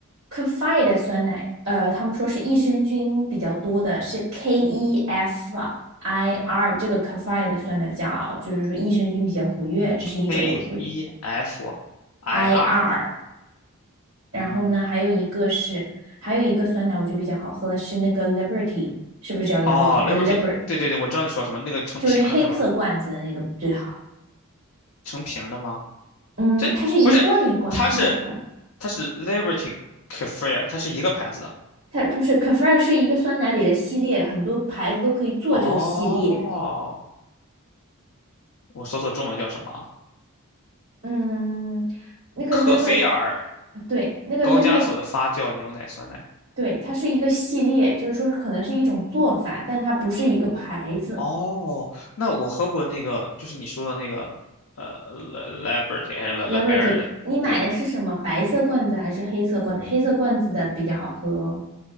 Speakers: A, on the right (about 65°); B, on the left (about 65°).
A: Kefir 的酸奶，呃，他们说是益生菌比较多的，是 K E F I R 这个 Kefir 的酸奶比较，就是说益生菌比较活跃，这是一种我会
B: ？K E F I
A: I
B: R，
A: R。然后呢，
B: 嗯。
A: 还有一个是，还有一个酸奶我觉得比较好喝的是那个 Liberty，是不是叫 Liberty？
B: 哦，Liberty，
A: 还有 Liber？t
B: 对对对，我知道你说什么，那个成瓶儿的是吧？
A: 就是那黑色罐子的那个最好。
B: 成瓶儿的吗？
A: 嗯，
B: 这不是，
A: 它是一罐一罐酸奶罐，
B: 它是它是 Liberty Kefir，它是一个牌子的。
A: 它不是 Kefir 是一个酸奶里的系列，很多牌子都可以做这个系列。
B: 哦，我搜索中文叫什么啊
A: 嗯，那个
B: 克菲尔
A: Liberty，对，那个
B: 高加索的发酵牛奶酸奶。
A: Liberty，对，它是一个系列，就是说可能是一种做法，但它不是一个牌子。
B: 哦，那我喝过那个，就是你说的那个，呃 l l i b e r t y 还是 Le
A: Liberty，
B: Le b e r
A: 你买的是什么？
B: 对，
A: 白色罐子还是黑色罐子？黑色罐子的比较好喝哦。